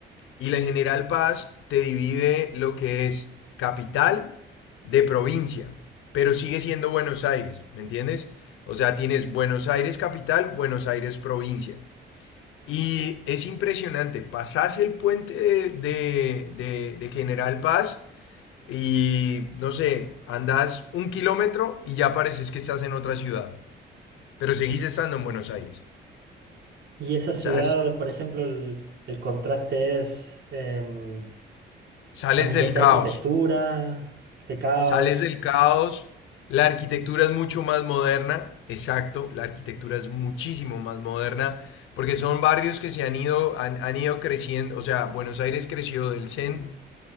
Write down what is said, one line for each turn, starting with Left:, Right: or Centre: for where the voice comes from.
Left: y la General Paz te divide lo que es capital de provincia, pero sigue siendo Buenos Aires, ¿me entiendes? O sea, tienes Buenos Aires capital, Buenos Aires provincia. Y es impresionante, pasás el puente de, de, de- de General Paz y no sé, andás un kilómetro y ya pareces que estás en otra ciudad, pero seguís estando en Buenos Aires.
Right: Y esa
Left: O
Right: ciudad,
Left: sea, es-
Right: por ejemplo, el, el contraste es em,
Left: sales
Right: a nivel
Left: del
Right: de
Left: caos,
Right: arquitectura, de caos.
Left: sales del caos, la arquitectura es mucho más moderna, exacto, la arquitectura es muchísimo más moderna, porque son barrios que se han ido, han, han ido creciendo, o sea, Buenos Aires creció del centro